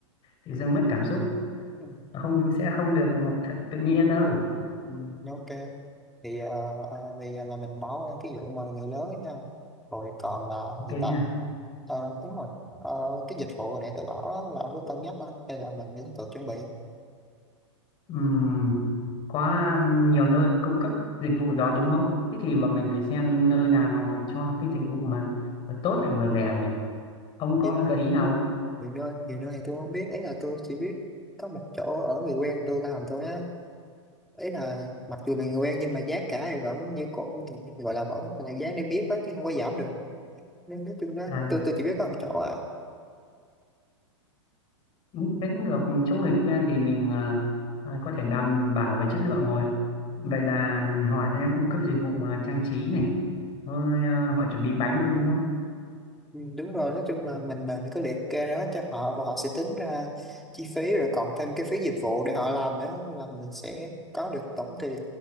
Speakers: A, on the left (about 30°); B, in the centre.
A: tự dưng mất cảm xúc
B: ừ.
A: không sẽ không được thật, tự nhiên đâu
B: Ừ, ok thì ờ, à, thì ờ, là mình bỏ qua cái vụ mời người lớn ấy ha rồi còn là
A: ok
B: gì ta
A: nhỉ
B: Ờ, đúng rồi Ờ, cái dịch vụ hồi nãy tôi bảo đó, là ông có cân nhắc không hay là mình nên tự chuẩn bị
A: Ừm, có nhiều nơi cung cấp dịch vụ đó đúng không? Thế thì bọn mình phải xem nơi nào cho cái dịch vụ mà vừa tốt lại vừa rẻ nhỉ. Ông có
B: Vì
A: gợi ý nào không?
B: nhiều nơi nhiều nơi thì tôi không biết ấy là tôi chỉ biết có một chỗ ở người quen tôi làm thôi á ý là mặc dù mình quen nhưng mà giá cả thì vẫn như cũ gọi là vẫn là giá niêm yết đó chứ không có giảm được nên nói chung đó
A: À,
B: tôi tôi chỉ biết có một chỗ à
A: ừ, thế cũng được. Chỗ người quen thì mình ờ, ờ, có thể đảm bảo về chất lượng rồi.
B: Ừ.
A: Vậy là họ sẽ cung cấp dịch vụ ờ, trang trí này. Rồi ờ, họ chuẩn bị bánh luôn đúng không?
B: ừ, đúng rồi nói chung là mình mình có liệt kê ra hết cho họ và họ sẽ tính ra chi phí rồi cộng thêm cái phí dịch vụ để họ làm nữa nên là mình sẽ có được tổng tiền